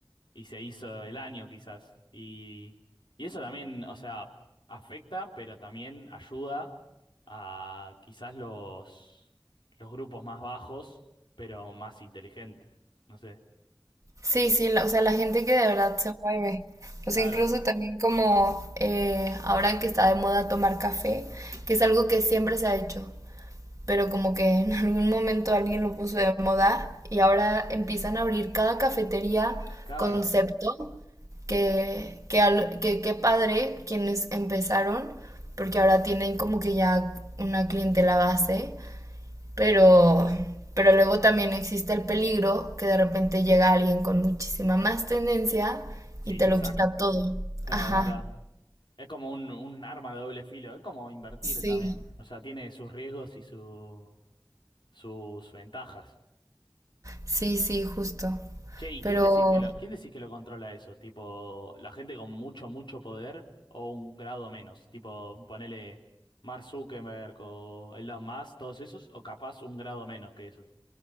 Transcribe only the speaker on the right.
Sí, sí, la- o sea, la gente que de verdad se mueve.
O sea, incluso también como eh, ahora que está de moda tomar café, que es algo que siempre se ha hecho, pero como que en <laughs> algún momento alguien lo puso de moda y ahora empiezan a abrir cada cafetería
concepto que, que, al- que, qué padre quienes empezaron, porque ahora tienen como que ya una clientela base pero, pero luego también existe el peligro que de repente llega alguien con muchísima más tendencia
y te
lo
quita todo.
Ajá,
sí,
sí, sí, justo.
Pero